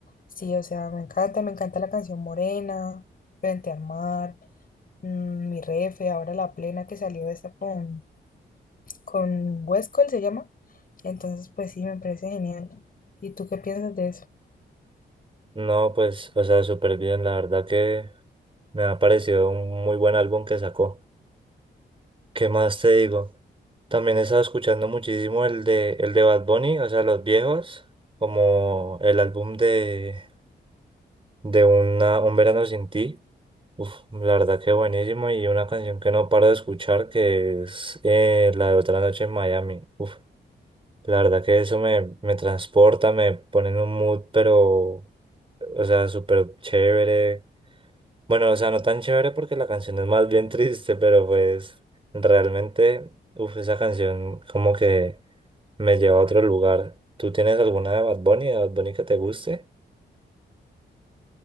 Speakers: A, on the left; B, on the right.
A: sí, o sea, me encanta, me encanta la canción Morena, Frente al Mar mm, mi refe, ahora la plena que salió esta con, con Westcol se llama. Entonces, pues sí, me parece genial. ¿Y tú qué piensas de eso?
B: No, pues, o sea, súper bien, la verdad que me ha parecido un muy buen álbum que sacó. ¿Qué más te digo? También he estado escuchando muchísimo el de, el de Bad Bunny, o sea, los viejos, como el álbum de, de una, Un Verano Sin Ti. Uf, la verdad que buenísimo y una canción que no paro de escuchar que es eh, la de Otra Noche en Miami. Uf, la verdad que eso me, me transporta, me pone en un mood, pero, o sea, súper chévere. Bueno, o sea, no tan chévere porque la canción es más bien triste, pero pues realmente, uff, esa canción como que me lleva a otro lugar. ¿Tú tienes alguna de Bad Bunny, de Bad Bunny que te guste?